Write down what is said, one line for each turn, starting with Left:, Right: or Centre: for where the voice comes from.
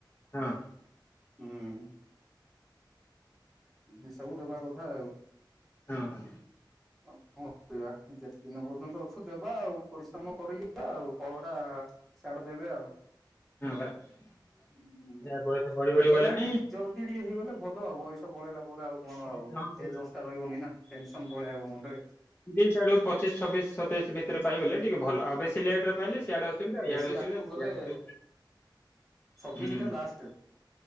Left: ହଁ।
Centre: ହୁଁ। ଏ ସବୁ ଦେବା କଥା ଆଉ।
Left: ହଁ।
Centre: ଆଉ କଣ କରିବା ଯେତେ ଦିନ ପର୍ଯ୍ୟନ୍ତ ଅଛୁ ଦେବା ଆଉ ପରିଶ୍ରମ କରିିବା ଆଉ ଫଳ ଟା ସାଡେ ଦେବେ ଆଉ।
Left: ହଁ ପରା ଯାହା
Centre: ହୁଁ।
Left: ବୟସ ବଢି ବଢି
Centre: ଜଲ୍ଦି
Left: ଗଲାଣି।
Centre: ଟିକେ ଜଲ୍ଦି ଟିକେ ହେଇଗଲେ ଭଲ ଆଉ ବୟସ ପଳେଇଲା ପରେ ଆଉ କଣ
Left: ଗଲାଣି
Centre: ଆଉ ଏ ଜୋସ୍ ଟା ରହିବନି ନା ଟେନସନ ପଳେଇ ଆଇବ ମୁଣ୍ଡରେ।
Left: ଦି ଆଡୁ ପଚିଶ ଛବିଶ ସତେଇଶ ଭିତରେ ପାଇଗଲେ ଟିକେ ଭଲ ଆଉ ବେଶୀ ଲେଟେରେ
Centre: ହୁଁ
Left: ପାଇଲେ ସିଆଡେ ଅସୁବିଧା
Centre: ବେଶୀ
Left: ଇଆଡେ ଅସୁବିଧା
Centre: ଆଗକୁ ଗଲେ ଛବିଶି
Left: ହୁଁ।
Centre: ଟା ଲାଷ୍ଟ